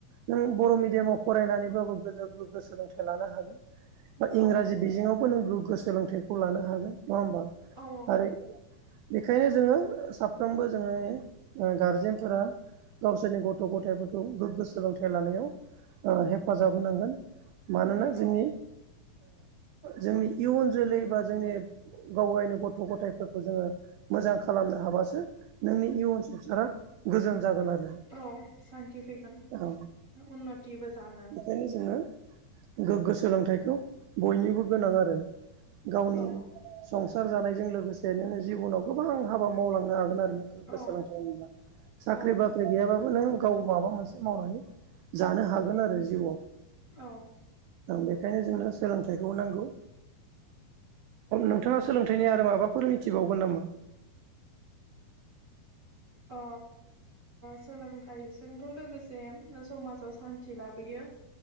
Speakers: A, on the right (about 80°); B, on the right (about 30°).
A: नों बर' मिडियामाव फरायनानैबाबो मोजां गोग्गो सोलोंथाइ लानो हागोन बा
B: औ
A: इंराजि बिजोङावबो नों गोग्गो सोलोंथाइखौ लानो हागोन नङा होमबा
B: औ
A: आरो बेखायनो जोङो साफ्रोमबो जोङो गारजेनफोरा गावसोरनि गथ' गथायफोरखौ गोग्गो सोलोंथाइ लानायाव हेफाजाब होनांगोन मानोना
B: होनांगोन औ
A: जोंनि जोंनि इयुन जोलै बा जोंनि गावयनि गथ' गथायफोरखौ जोङो मोजां खालामनो हाबासो नोंनि इयुन संसारा गोजोन जागोन आरो
B: औ सान्खि फैगोन
A: औ
B: उन्नतिबो जागोन
A: बेखायनो जोङो गोग्गो सोलोंथाइखौ बयनिबो गोनां आरो गावनि
B: औ
A: संसार जानायजों लोगोसे नोङो जिबनाव गोबां हाबा मावलांनो हागोन आरो गोग्गो
B: औ
A: सोलोंथाय <unintelligible> साख्रि
B: औ
A: बाख्रि गैयाब्लाबो नों गाव माबा मोनसे मावनानै जानो हागोन आरो जिउआव
B: औ
A: बेखायनो जोंनो सोलोंथाइखौ नांगौ नोंथाङा सोलोंथाइनि आरो माबाफोर मिथिबावगोन नामा
B: अ सोलोंथाइजोंथ' लोगोसे समाजाव सान्थि लाबोयो